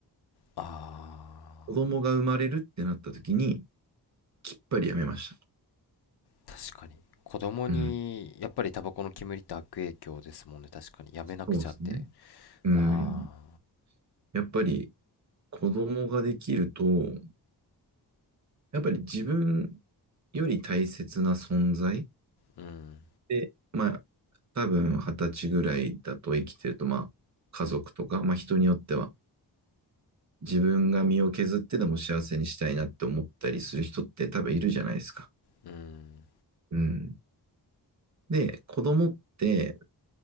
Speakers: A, on the left; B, on the right.
A: ああー
B: 子供が生まれるってなった時に、きっぱり辞めました。
A: 確かに子供にやっぱりタバコの煙って悪影響ですもんね確かにやめなくちゃって
B: うん、そうですね。うん。
A: あ
B: やっぱり子供ができると、やっぱり自分より大切な存在
A: あーうん
B: で、まあ、多分二十歳ぐらいだと生きてると、まあ、家族とか、まあ、人によっては、自分が身を削ってでも幸せにしたいなって思ったりする人って多分いるじゃないですか。
A: うん
B: うん。で、子供って、